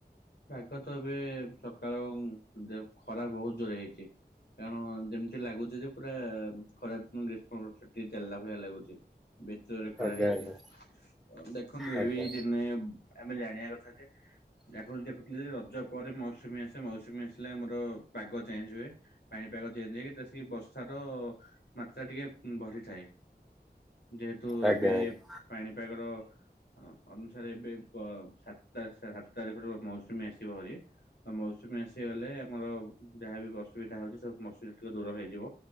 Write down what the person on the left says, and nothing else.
ପାଗ ତ ଏବେ ସକାଳ ଦେ ଖରା ବହୁତ ଜୋରରେ ହେଇଛି। କାରଣ ଯେମିତି ଲାଗୁଛି ଯେ ପୁରା ଖରା ଦି ଗ୍ରୀଷ୍ମ ଛୁଟି ଚାଲିଲା ଭଳିଆ ଲାଗୁଛି। ଭିତରେ ଖରା
ହେଇଛି।
ଦେଖନ୍ତୁ
ଏଇ ଦିନେ ଆମେ ଜାଣିବା କଥା ଯେ <inaudible> <unintelligible> ରଜ ପରେ ମୌସୁମୀ ଆସେ ମୌସୁମୀ ଆସିଲେ ଆମର ପାଗ ଚେଞ୍ଜ ହୁଏ, ପାଣି ପାଗ ଚେଞ୍ଜ ହେଇକି ତ ବେଶୀ ବର୍ଷାର ମାତ୍ରା ଟିକେ ବଢିଥାଏ। ଯେହେତୁ
ଏବେ
ପାଣିପାଗର‌ ଅ ଅନୁସାରେ ଏବେ ବ ସାତ ସାତ ସାତ ତାରିଖରୁ ମୌସୁମୀ ଆସିବ ଭରି ଆ ମୌସୁମୀ ଆସିଗଲେ ଆମର ଯାହା ବିି ଅସୁବିଧା ହଉଛି ସବୁ ମୌସୁ <unintelligible> ଦୂର ହେଇଯିବ